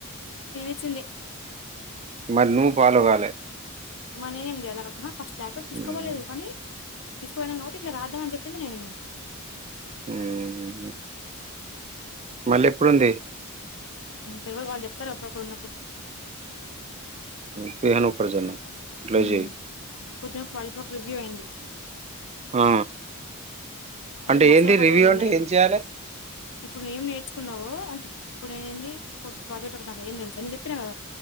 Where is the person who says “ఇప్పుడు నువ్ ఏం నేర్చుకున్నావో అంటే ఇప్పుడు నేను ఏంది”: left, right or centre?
Left